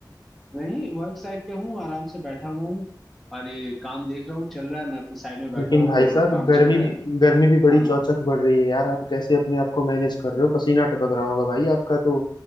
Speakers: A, in the centre; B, on the left.
A: नहीं वर्क साइट पे हूँ आराम से बैठा हुआ हूँ और ये काम देख रहा हूँ चल रहा है मैं अपने साइड में बैठा
B: लेकिन
A: हुआ
B: भाई
A: हूँ
B: साहब
A: वहाँ काम
B: गर्मी
A: चल रहा
B: भी गर्मी भी बड़ी
A: है
B: चौचक बढ़ रही है यार आप कैसे अपने आप को मैनेज कर रहे हो पसीना टपक रहा होगा भाई आपका तो